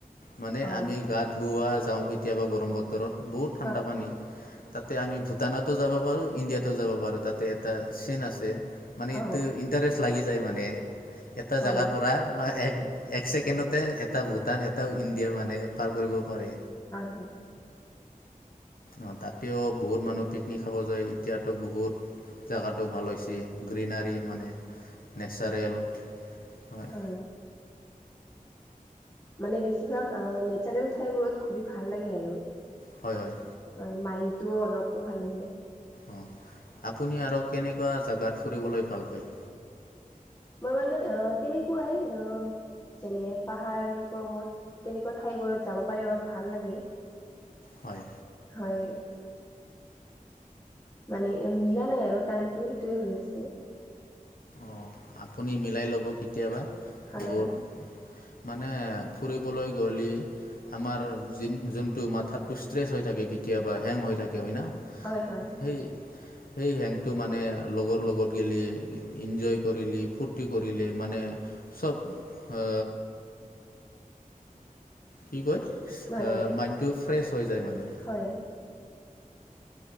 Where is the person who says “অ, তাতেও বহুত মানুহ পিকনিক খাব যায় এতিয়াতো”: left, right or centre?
Left